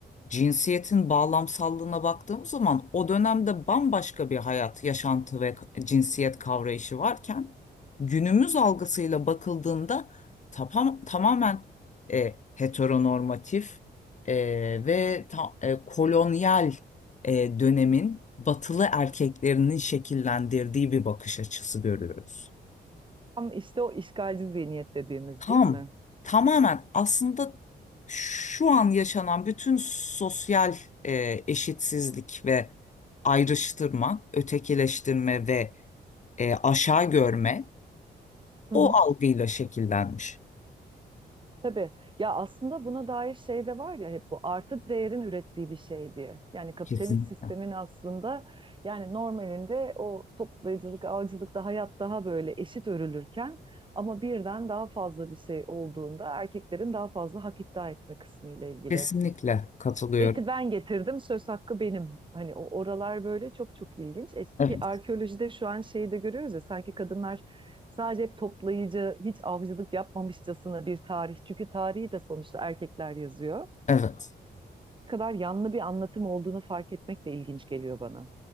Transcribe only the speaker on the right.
Tam işte o işgalci zihniyet dediğimiz
değil mi?
Hı
hı.
Tabii. Ya aslında buna dair şey de var ya hep bu artı değerin ürettiği bir şey diye. Yani kapitalist
sistemin aslında yani normalinde o toplayıcılık, avcılıkta hayat daha böyle eşit örülürken ama birden daha fazla bir şey olduğunda erkeklerin daha fazla hak iddia etme kısmı ile ilgili.
Eti ben getirdim, söz hakkı benim. Hani o oralar böyle çok çok ilginç. Eski
arkeolojide şu an şeyi de görüyoruz ya sanki kadınlar sadece hep toplayıcı, hiç avcılık yapmamışçasına bir tarih. Çünkü tarihi de sonuçta erkekler yazıyor.
Ne kadar yanlı bir anlatım olduğunu fark etmek de ilginç geliyor bana.